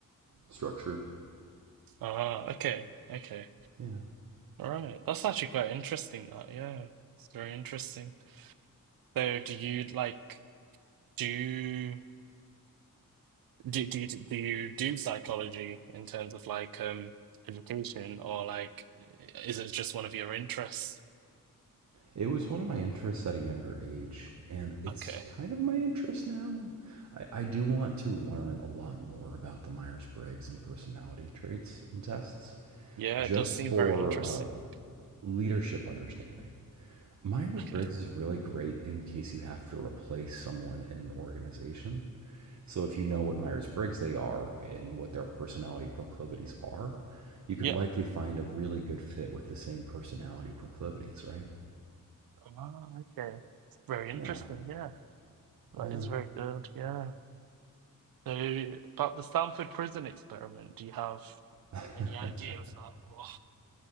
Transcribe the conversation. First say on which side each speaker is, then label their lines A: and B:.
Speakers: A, on the right; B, on the right.
A: structured.
B: Ah, okay. Okay.
A: Yeah.
B: All right. That's actually quite interesting that. Yeah. It's very interesting. So do you like do do do you, do you do psychology in terms of like um education or like is it just one of your interests?
A: It was one of my interests at a younger age, and it's
B: Okay.
A: kind of my interest now. I, I do want to learn a lot more about the Myers Briggs and personality traits and tests
B: Yeah,
A: just
B: it does seem
A: for
B: very interesting.
A: uh, leadership understanding. Myers
B: Okay.
A: Briggs is really great in case you have to replace someone in an organization. So, if you know what Myers Briggs they are and what their personality proclivities are, you could
B: Yeah.
A: likely find a really good fit with the same personality proclivities, right?
B: Ah, okay. Very interesting.
A: Yeah.
B: Yeah. That
A: Yeah.
B: is very good. Yeah. So about the Stanford prison experiment, do you have
A: <laughs>
B: any idea of that? Oh,